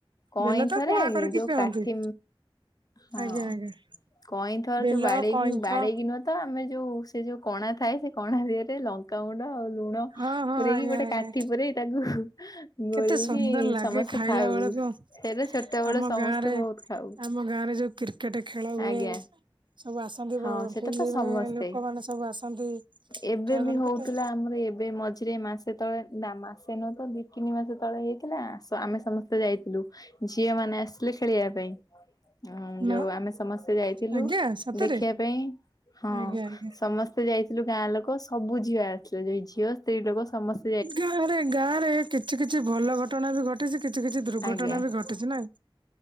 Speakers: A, on the left; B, on the right.
A: କଇଁଥରେ
B: ବେଲ ତ ପଣା କରିକି
A: ଯୋଉ
B: ପିଅନ୍ତି।
A: କାଠି ହଁ
B: ଆଜ୍ଞା ଆଜ୍ଞା
A: କଇଁଥ ର
B: ବେଲ
A: ଯୋଉ ବାଡେଇକି
B: କଇଁଥ
A: ବାଡେଇକି ନୁହଁ ତ ଆମେ ଯୋଉ ସେ ଯୋଉ କଣା ଥାଏ। ସେ କଣା ଦିହରେ ଲଙ୍କାଗୁଣ୍ଡ ଆଉ ଲୁଣ
B: ହଁ ହଁ
A: ପୂରେଇକି,
B: ଆଜ୍ଞା
A: ଗୋଟେ
B: ଆଜ୍ଞା
A: କାଠି ପୁରେଇ ତାକୁ ଗୋଳେଇକି
B: କେତେ ସୁନ୍ଦର ଲାଗେ
A: ସମସ୍ତେ
B: ଖାଇଲା
A: ଖାଉ।
B: ବେଳକୁ
A: ହେରେ ଛୋଟ ବେଳେ
B: ଆମ
A: ସମସ୍ତେ
B: ଗାଁ ରେ
A: ବହୁତ ଖାଉ।
B: ଆମ ଗାଁ ରେ ଯୋଉ କ୍ରିକେଟ ଖେଳ ହୁଏ-ଏ-ଏ।
A: ଆଜ୍ଞା।
B: ସବୁ ଆସନ୍ତି
A: ହଁ
B: ବ
A: ସେଟା
B: ଫିଲ୍ମି-ଇ-ଇ
A: ତ ସମସ୍ତେ
B: ଲୋକମାନେ ସବୁ ଆସନ୍ତି ଆ
A: ଏବେ ବି
B: ମାନେ
A: ହଉଥିଲା
B: କେତେ
A: ଆମର ଏବେ ମଝିରେ ମାସ୍ ଯେତେବେଳେ ଦା ମାସେ ନୁହଁ ତ ଦି, ତିନି ମାସ ତଳେ ହେଇଥିଲା ଆସ ଆମେ ସମସ୍ତେ ଯାଇଥିଲୁ। ଝିଅ ମାନେ ଆସିଥିଲେ ଖେଳିବା ପାଇଁ। ହଁ ଯୋଉ
B: ନା
A: ଆମେ ସମସ୍ତେ ଯାଇଥିଲୁ
B: ଆଜ୍ଞା ସତରେ
A: ଦେଖିବା ପାଇଁ ହଁ
B: ଆଜ୍ଞା ଆଜ୍ଞା।
A: ସମସ୍ ତେ ଯାଇଥିଲୁ ଗାଁ ଲୋକ ସବୁ ଝିଅ ଆସିଥିଲେ। ଯଉ ଝିଅ ସ୍ତ୍ରୀ ଲୋକ ସମସ୍
B: ଗା ରେ ଗାଁ ରେ କିଛି କିଛି କିଛି ଭଲ ଘଟଣା ବି ଘଟିଚି, କିଛି କିଛି ଦୁର୍ଘଟଣା
A: ଆଜ୍ଞା
B: ବି ଘଟିଚି ନାଇଁ?